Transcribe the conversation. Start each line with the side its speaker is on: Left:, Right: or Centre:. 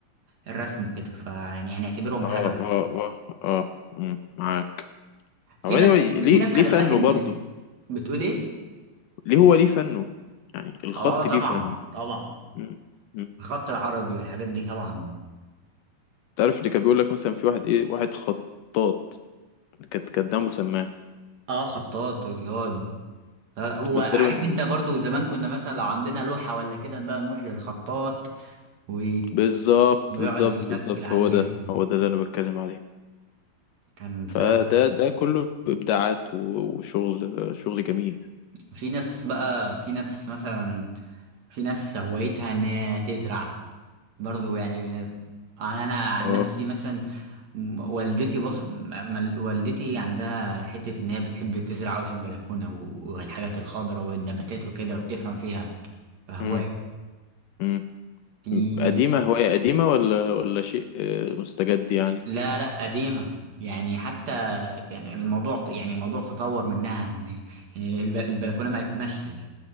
Right: الرسم وكده فيعني هنعتبرهم
Left: اه
Right: حاجة
Left: اه اه اه مم، معاك
Right: في
Left: هو
Right: ناس
Left: anyway،
Right: اللي
Left: ليه
Right: في ناس خلي
Left: ليه فنه
Right: بالك اللي
Left: برضه
Right: بتقول ايه
Left: ليه هو ليه فنه يعني الخط
Right: اه طبعا
Left: ليه فن
Right: طبعا
Left: مم، مم.
Right: الخط العربي والحاجات دي طبعا
Left: تعرف اللي كان بيقول لك مثلا في واحد ايه واحد خطاط كانت كانت دمه سماعة
Right: اه خطاط اللي هو ب- وعارف
Left: بس تقريبا
Right: انت برضو زمان كنا مثلا لو عندنا لوحة ولا كده بقى نروح للخطاط و...
Left: بالظبط
Right: ويقعد
Left: بالظبط
Right: يشكل
Left: بالظبط
Right: عليها
Left: هو ده
Right: كده.
Left: هو ده اللي انا بتكلم عليه
Right: كان بصراحة
Left: فده ده كله ابداعات و- وشغل شغل جميل
Right: في ناس بقى في ناس مثلا في ناس هوايتها ان هي تزرع برضو يعني انا أنا عن
Left: اه
Right: نفسي مثلا م- والدتي بص م- م- والدتي عندها حتة ان هي بتحب تزرع قوي في البلكونة و- والحاجات الخضراء والنباتات وكده وبتفهم فيها فهواية
Left: امم امم
Right: في
Left: قديمه هوايه قديمه ولا ولا شيء آه، مستجد يعني
Right: لا لا قديمة يعني حتى يعني الموضوع ت- يعني الموضوع تطور منها ان يعني الب- البلكونة بقت مشتل